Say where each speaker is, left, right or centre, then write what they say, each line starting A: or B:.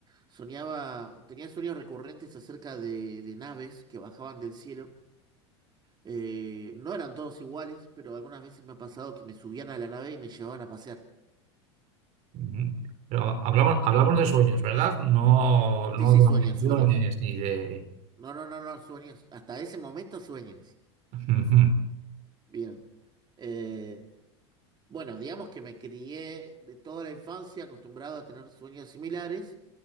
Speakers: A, on the right; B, on the right.
A: soñaba, tenía sueños recurrentes acerca de, de naves que bajaban del cielo. Eh, no eran todos iguales, pero algunas veces me ha pasado que me subían a la nave y me llevaban a pasear.
B: Ujú. Pero hablamos, hablamos de sueños, ¿verdad? No, no
A: Sí, sí,
B: de intenciones
A: sueños, sueños.
B: ni de...
A: No, no, no, no, sueños. Hasta ese momento sueños.
B: Ujú,
A: Bien. Eh, bueno, digamos que me crié de toda la infancia acostumbrado a tener sueños similares